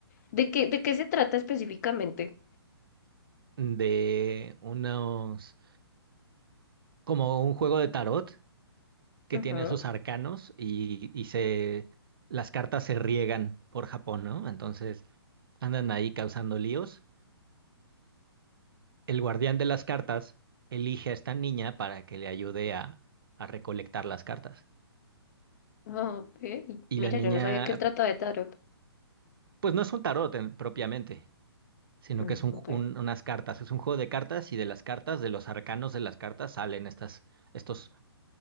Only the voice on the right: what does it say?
De unos, como un juego de tarot que
tiene esos arcanos y, y se, las cartas se riegan por Japón, ¿no? Entonces andan ahí causando líos El guardián de las cartas elige a esta niña para que le ayude a, a recolectar las cartas.
Y
la niña,
pues no es un tarot en- propiamente, sino
que es un,
un- unas cartas, es un juego de cartas y de las cartas, de los arcanos de las cartas, salen estas, estos